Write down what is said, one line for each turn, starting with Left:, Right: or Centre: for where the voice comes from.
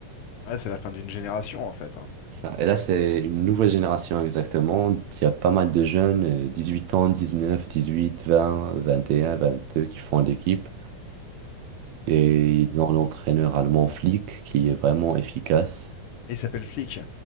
Left: Ouais, c'est la fin d'une génération en fait. hein.
Right: C'est ça. Et là, c'est une nouvelle génération exactement. Il y a pas mal de jeunes, euh, 18 ans, 19, 18, 20, 21, 22, qui font l'équipe. Et
Left: Ça,
Right: ils
Left: c'est-
Right: ont l'entraîneur allemand Flick qui est vraiment efficace.
Left: Il s'appelle Flick.